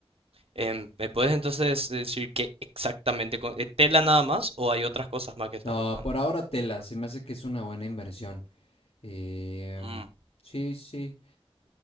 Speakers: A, on the right (about 65°); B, on the left (about 70°).
A: Em, ¿me puedes entonces decir qué exactamente, con- eh, tela nada más o hay otras cosas más que estás
B: No,
A: buscando?
B: por ahora tela, se me hace que es una buena inversión. Em,
A: Mm,
B: sí, sí,